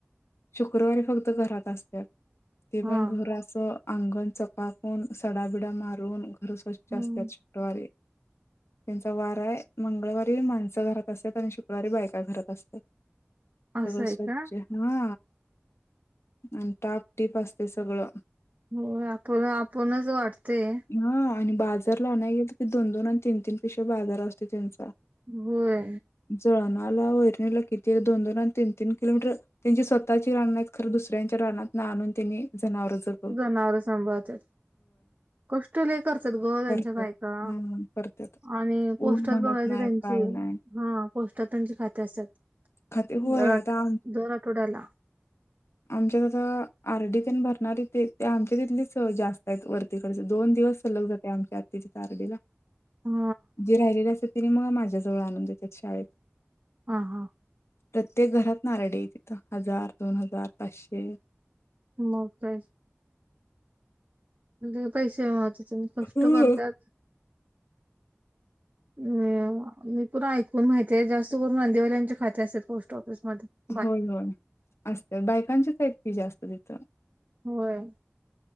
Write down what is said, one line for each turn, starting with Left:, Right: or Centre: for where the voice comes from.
Left: शुक्रवारी फक्त घरात असतात. ते
Right: हा
Left: पण घराच अंगण चकाकून सडाबिडा मारून घर स्वच्छ.
Right: हम्म
Left: जास्त. शुक्रवारी त्यांचा वारा आहे मंगळवारी माणसं घरात असत आणि शुक्रवारी बायक. का घरात असत
Right: असं
Left: सगळं
Right: आहे
Left: स्वच्छ
Right: का
Left: हा आणि टाप टीप असते सगळं
Right: हो आपण आपणच वाटतेय
Left: हा आणि बाजारला नाही गेल की दोन दोन आणि तीन तीन पेक्षा बाजार असतेो त्यांचा
Right: होय
Left: जळणाला वैरणीलं किती दोन दोन आणि तीन तीन किलोमीटर त्यांची स्वतःची राना खरं दुसऱ्यांच्या रानात ना आणून त्यांनी जनावर जप
Right: जाणार संभवत कष्ट ले करतात ग त्यांच्या
Left: करत्यात
Right: बायका
Left: हम्म करत्यात
Right: आणि पोस्टर
Left: ऊन म्हणत
Right: बघायच
Left: नाही
Right: त्यांची
Left: काय नाही
Right: हा पौष्टातांचे खाते असतात
Left: खाते होय
Right: दर
Left: आता
Right: दर आठवड्याला
Left: आमच्या आ आरडी भरणारी तेे ते आमच्या तिथलीच जास्त आहेत वर्क दोन दिवस सलग जाते आमच्या आ तिच्या तारडीला
Right: हा
Left: जे राहिलेले असते तिने मग माझ्याजवळ आणून देतेेत शाळेत
Right: हा हा
Left: प्रत्येक घरात नाराडी तिथं हजार दोन हजार पाचशे
Right: म का म्हण पैसे मते कष्ट
Left: हम्म.
Right: करतात ह मी पुन्हा ऐकून माहितीय जास्त करून नंदेवाल्या यांच्या खाते असतात पोस्ट ऑफिसमध्येध्ये
Left: होय होय असते बायकांचीच आहेत की जास्त तिथं
Right: होय